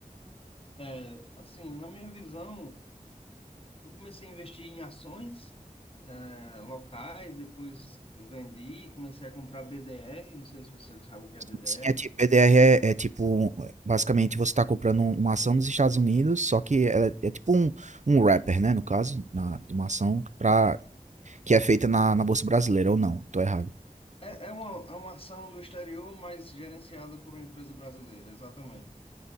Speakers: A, on the left (about 40°); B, on the right (about 55°).
A: é, assim, na minha visão, eu comecei a investir em ações, é, locais, depois vendi, comecei a comprar BDR, não sei se você sabe o que é
B: Sim,
A: BDR.
B: é tipo, BDR é, é tipo, basicamente você está comprando um- uma ação nos Estados Unidos, só que é, é tipo um, um wrapper, né, no caso, na, de uma ação pra, que é feita na, na Bolsa Brasileira, ou não, tô errado.
A: É, é uma, é uma ação do exterior, mas gerenciada por uma empresa brasileira, exatamente.